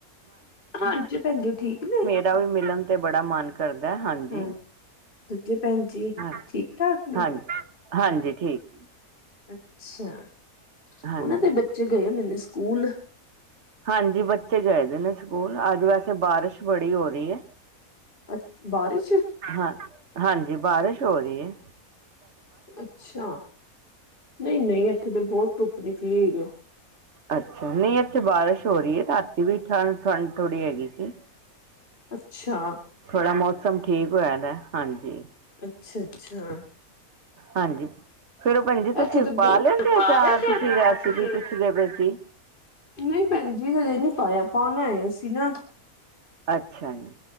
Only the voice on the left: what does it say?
ਹਾਂਜੀ, ਦੂਜੇ ਭੈਣ ਜੀ ਠੀਕ ਨੇ
ਹਾਂ, ਦੂਜੇ ਭੈਣ ਜੀ
ਠੀਕ-ਠਾਕ ਨੇ?
ਅੱਛਾ,
ਉਹਨਾਂ ਦੇ ਬੱਚੇ ਗਏ ਹੁੰਦੇ ਨੇ ਸਕੂਲ
ਅੱਛ ਬਾਰਿਸ਼
ਅੱਛਾ, ਨਹੀਂ-ਨਹੀਂ ਇੱਥੇ ਤਾਂ ਬਹੁਤ ਧੁੱਪ ਨਿਕਲੀ ਹੋਈ ਏ।
ਅੱਛਾ।
ਅੱਛਾ-ਅੱਛਾ।
ਇੱਥੇ ਤੇ ਬਹੁਤ
ਪਾਇਆ
ਸੀ
ਅਚਾਰ
ਤੁਸੀਂ
ਨਹੀਂ ਭੈਣ ਜੀ, ਹਜੇ ਨਹੀਂ ਪਾਇਆ ਪਾਉਣਾ ਐ ਅਸੀਂ ਨਾ